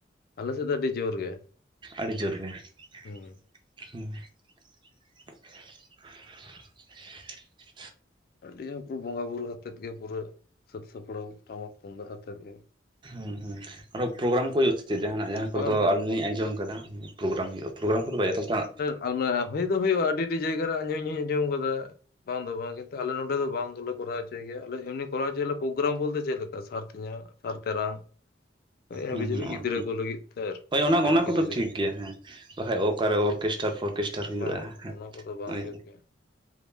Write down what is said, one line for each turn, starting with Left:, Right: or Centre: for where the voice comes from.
Left: ᱟᱞᱮ ᱥᱮᱫ ᱟᱹᱰᱤ ᱡᱳᱨ ᱜᱮ
Right: ᱟᱹᱰᱤ ᱡᱳᱨ ᱜᱮ
Left: ᱦᱩᱸ
Right: <unintelligible> <unintelligible>
Left: ᱟᱹᱰᱤ ᱵᱚᱸᱜᱟ ᱵᱩᱨᱩ ᱟᱛᱮᱫ ᱜᱮ ᱯᱩᱨᱟᱹ ᱥᱟᱹᱛ ᱥᱟᱯᱲᱟᱣ ᱴᱟᱢᱟᱠ ᱛᱩᱢᱫᱟᱜ ᱟᱛᱮᱫ ᱜᱮ᱾
Right: ᱦᱮᱸ ᱦᱩᱸ ᱟᱨᱚ ᱯᱨᱳᱜᱨᱟᱢ ᱠᱚ ᱦᱩᱭᱩᱜ ᱥᱮ ᱪᱮᱫ ᱡᱟᱦᱟᱱᱟᱜ ᱡᱟᱦᱟᱸ
Left: ᱵᱟᱝ
Right: ᱠᱚᱫᱚ
Left: ᱵᱟᱝ
Right: ᱟᱹᱞᱤᱧ
Left: ᱯᱳ
Right: ᱞᱤᱧ ᱟᱸᱡᱚᱢ ᱠᱟᱫᱟ᱾ ᱯᱨᱳᱜᱨᱟᱢ ᱦᱩᱭᱩᱜᱼᱟ ᱯᱨᱳᱜᱨᱟᱢ ᱠᱚᱫᱚ ᱮᱠᱟᱞᱴᱟᱜ,
Left: ᱟᱨ ᱢᱟᱱᱮ ᱦᱩᱭ ᱫᱚ ᱦᱩᱭᱩᱜᱼᱟ ᱟᱹᱰᱤ ᱟᱹᱰᱤ ᱡᱟᱭᱜᱟᱨᱮ ᱟᱸᱡᱚᱢ ᱤᱧ ᱟᱸᱡᱚᱢ ᱠᱟᱫᱟ᱾ ᱵᱟᱝ ᱫᱚ ᱵᱟᱝ ᱠᱤᱱᱛᱩ ᱟᱞᱮ ᱱᱚᱰᱮ ᱫᱚ ᱵᱟᱝ ᱜᱮᱞᱮ ᱠᱚᱨᱟᱣᱪᱚ᱾ ᱴᱷᱤᱠ ᱜᱮᱭᱟ ᱟᱞᱮ ᱮᱢᱱᱤ ᱠᱚᱨᱟ ᱦᱚᱪᱚᱭᱭᱟᱞᱮ ᱯᱨᱳᱜᱨᱟᱢ ᱵᱚᱞᱛᱮ ᱪᱮᱫ ᱞᱮᱠᱟ ᱥᱟᱨ ᱛᱤᱧᱟ ᱥᱟᱨ ᱛᱮᱨᱟᱝ᱾ ᱦᱳᱭ ᱦᱟᱹᱵᱤ
Right: ᱦᱮᱸ
Left: ᱡᱟᱹᱵᱤ
Right: ᱦᱩᱸ
Left: ᱜᱤᱫᱽᱨᱟᱹ ᱠᱚ ᱞᱟᱹᱜᱤᱫ ᱛᱮ ᱟᱨᱠᱤ
Right: ᱦᱳᱭ ᱚᱱᱟ
Left: ᱠᱟᱹᱴᱤᱡ
Right: ᱚᱱᱟ ᱠᱚᱫᱚ
Left: ᱠᱟᱹᱴᱤᱡ ᱜᱤᱫᱽᱨᱟᱹ
Right: ᱴᱷᱤᱠ
Left: ᱠᱚ᱾
Right: ᱜᱮᱭᱟ ᱦᱮᱸ᱾ ᱵᱟᱠᱷᱟᱡ ᱚᱠᱟᱨᱮ ᱚᱨᱠᱮᱥᱴᱟᱨ ᱯᱷᱚᱨᱠᱮᱥᱴᱟᱨ ᱦᱩᱭᱩᱜᱼᱟ
Left: ᱵᱟᱝ ᱵᱟᱝ ᱚᱱᱟ ᱠᱚᱫᱚ ᱵᱟᱝ
Right: ᱚᱭ᱾
Left: ᱦᱩᱭᱩᱜ ᱜᱮᱭᱟ